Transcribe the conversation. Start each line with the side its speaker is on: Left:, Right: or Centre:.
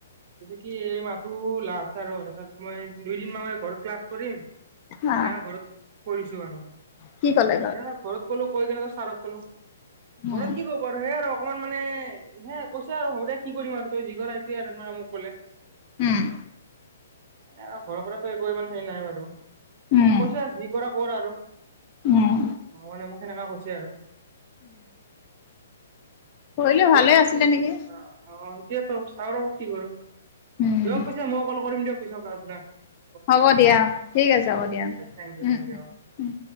Right: গতিকে এই মাহটো লাষ্ট আৰু <unintelligible> ত মই দুইদিন মান মানে ঘৰত ক্লাছ কৰিম।
Left: হা
Right: এনেকা ঘৰত কৈ দিছোঁ আৰু।
Left: কি ক'লে
Right: এনে ঘৰত ক'লো কৈ কেনে জাষ্ট চাৰক ক'লোঁ।
Left: উম,
Right: ঘৰত কি কব আৰু? সেয়া আৰু মানে এনে কৈছে আৰু হব দে এ কি কৰিম আৰু। তই যি কৰা এতিয়া এনেকে মোক ক'লে।
Left: উম।
Right: সেইকাৰণে আৰু ঘৰৰ পৰাতো একো ইমান সেই নাই বাৰু।
Left: উম,
Right: তো কৈছে যি কৰা কৰ আৰু।
Left: উম,
Right: মই মানে মোক সেনেকা কৈছে আৰু। <inaudible>
Left: পঢ়িলে ভালে
Right: দিয়ক পিছে
Left: আছিলে নেকি?
Right: অ অ' সেইটোৱেতো। চাওঁ ৰব, কি কৰোঁ।
Left: উম,
Right: দিয়ক পিছে। মই কল কৰিম দিয়ক। পিছত লাভ নাই।
Left: হ'ব দিয়া। ঠিক আছে। হ'ব দিয়া।
Right: Thank you
Left: um,
Right: thank you O
Left: um.